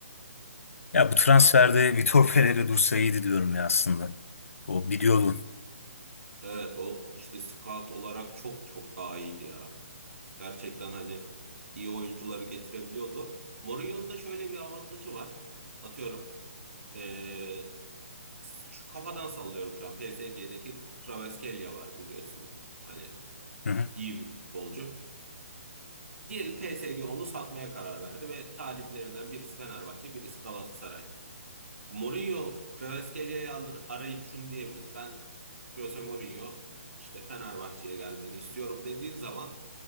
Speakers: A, on the left (about 70°); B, on the right (about 70°).
A: Ya bu transferde
B: Bakalım.
A: Vitor Pereira dursa iyiydi diyorum ya aslında. O biliyordu.
B: Evet o işte scout olarak çok çok daha iyiydi ya. Gerçekten hani iyi oyuncuları getirebiliyordu. Mourinho'nun da şöyle bir avantajı var. Atıyorum eee, şu kafadan sallıyorum şu an. PSG'deki Kvaratskhelia var biliyorsun. Hani
A: Hı hı.
B: iyi bir futbolcu. Diyelim PSG onu satmaya karar verdi ve taliplerinden birisi Fenerbahçe, birisi Galatasaray. Mourinho Kvaratskhelia'yı alır, arayıp şunu diyebilir. Ben Jose Mourinho işte Fenerbahçe'ye gelmeni istiyorum dediğin zaman